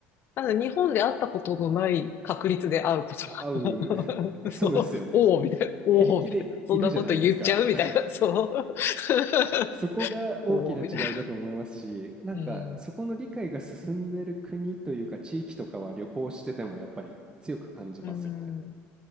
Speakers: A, on the left; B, on the right.
A: ただ日本で会ったことのない確率で会うこと
B: 会う
A: が
B: <laughs> そうですよね。
A: <laughs> そう、おお、みたいな、おお、
B: 平気でいるじゃないですか。
A: みたいな、そんなこと言っちゃうみたいな、
B: <laughs>
A: そう。<laughs>
B: そこが大きな違いだと思いますし、
A: おお、みたいな。
B: なんかそこの理解が進んでる国というか地域とかは旅行しててもやっぱり強く感じますよね。
A: うん。うん。